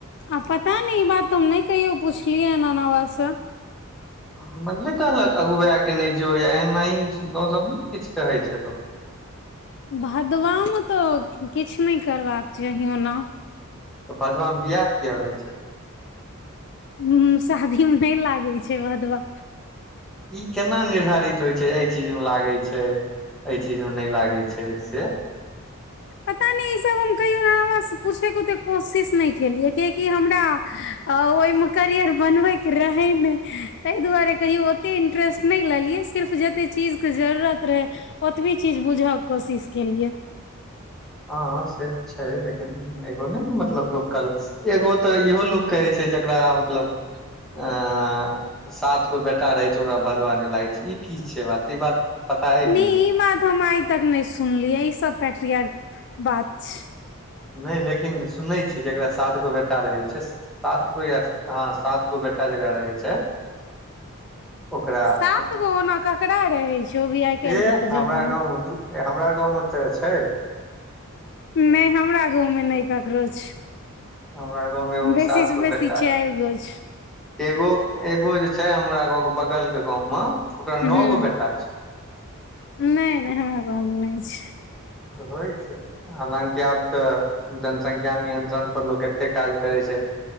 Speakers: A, on the left (about 55°); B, in the centre.
A: आ पता नहि ई बात तऽ हम नहि कहियौ पुछलियै एना एनावा सँ
B: नहि कहलक अगुआए के नहि जो या एनाही गाँव सब में ने किछु कहै छै लोक
A: भदवा में तऽ किछु नहि करबाक चाही ओना
B: तऽ भदवामे बियाह किये होइ छै
A: हु शादी में नहि लागै छै भादवा
B: ई केना निर्धारित होइ छै एहि चीज मे लागे छै एहि चीज में नहि लागै छै से
A: पता नहि ई सभ हम कहियो‌ सँ पूछय के ओते कोशिश नहि केलियै किया कि हमरा ओहि मे करियर बनवे के रहे ने ताहि दुआरे कहियो ओते इंटरेस्ट नहि लेलियै सिर्फ जते चीज के जरुरत रहे ओतबी चीज बुझय के कोशिश केलियै
B: हाँ से तऽ छै लेकिन एगो नहि ने मतलब लोक एगो तऽ इहो लोक कहै छै जकरा मतलब अऽ सात गो बेटा रहै छै ओकरा भदवा नहि लागै छै ई की छै बात ई बात पता अइ
A: नी
B: की
A: ई बात हम आइ तक नहि सुनलियै ई सब पेट्रियार बात छै
B: नहि लेकिन सुनै छियै जेकरा सात गो बेटा रहै छै सात गो या हँ सात गो बेटा जकरा रहै छै ओकरा
A: सात गो ओना ककरा रहै छै ओ भी आइ काल्हि
B: ऐह
A: के
B: हमरा
A: जमाना
B: गाँंव मे दु ए हमरा गाँंव मे तऽ छै
A: नहि हमरा गाँवमे नहि ककरो छै
B: हमरा गाँवमे एगोके
A: बेसी
B: सात
A: से
B: गो
A: बेसी
B: बेटा
A: चारि
B: छै
A: गो छै
B: एगो एगो जे छै हमरा गाँंव के बगल के गाँव मे ओकरा
A: हूँ
B: नओ गो बेटा छै
A: नहि नहि हमरा गाँवमे नहि छै
B: होइ छै हालाँकि आब तऽ जनसंख्या नियंत्रण पर लोक काज करै छै